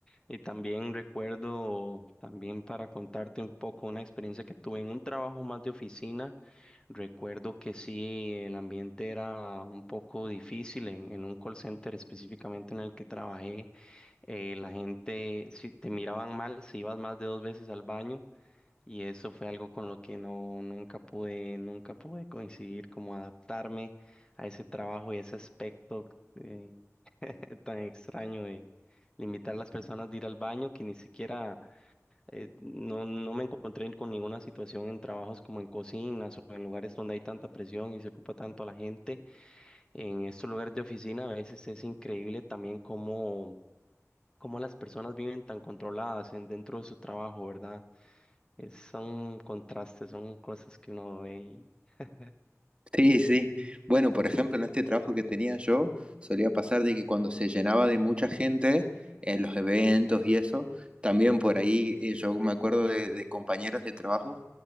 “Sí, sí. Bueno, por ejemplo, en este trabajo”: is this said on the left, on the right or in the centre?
Right